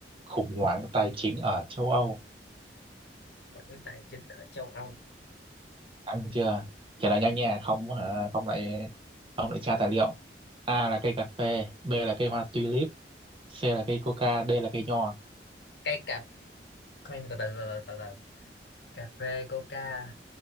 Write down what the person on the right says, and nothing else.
khủng hoảng tài chính ở châu Âu?
Ăn chưa? Trả lời nhanh nha, không hả? Không lại không lại tra tài liệu. A là cây cà phê, B là cây hoa tulip, C là cây coca, D là cây nho.